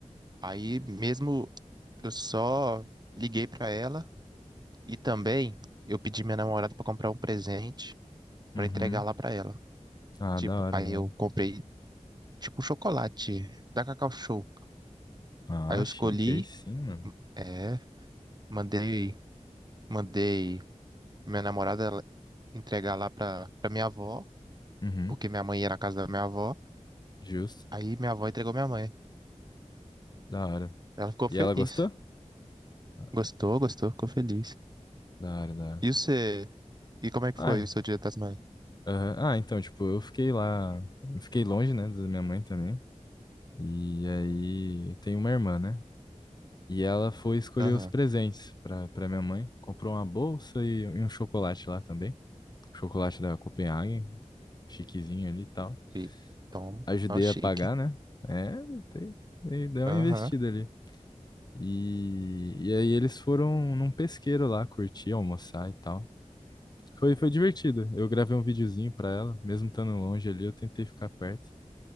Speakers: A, on the right; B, on the left.
A: Aí mesmo eu só liguei pra ela e também eu pedi minha namorada pra comprar um presente pra
B: Uhum.
A: entregar lá pra ela.
B: Ah,
A: Tipo,
B: da hora,
A: aí
B: da
A: eu
B: hora.
A: comprei tipo um chocolate da Cacau Show.
B: Ah,
A: Aí eu
B: chique,
A: escolhi,
B: aí sim, mano.
A: é, mandei, mandei minha namorada ela entregar lá pra, pra minha avó,
B: Uhum,
A: porque minha mãe ia na casa da minha avó.
B: justo.
A: Aí minha avó entregou minha mãe.
B: Da hora.
A: Ela ficou
B: E
A: feliz.
B: ela gostou? Ah,
A: Gostou, gostou, ficou feliz.
B: Da hora, da hora.
A: E você? E como é que
B: Ai,
A: foi o seu Dia das Mães?
B: aham. Ah, então, tipo, eu fiquei lá, eu fiquei longe, né, da minha mãe também. E aí, eu tenho uma irmã, né? E ela foi escolher
A: Aham.
B: os presentes pra, pra minha mãe. Comprou uma bolsa e, e um chocolate lá também. Chocolate da Copenhagen, chiquezinho ali e tal.
A: E Tom,
B: ajudei
A: ó, chique.
B: a pagar, né? É, tem, tem, deu
A: Aham.
B: uma investida ali. E, e aí eles foram num pesqueiro lá, curtir, almoçar e tal. Foi, foi divertido. Eu gravei um videozinho pra ela, mesmo estando longe ali, eu tentei ficar perto.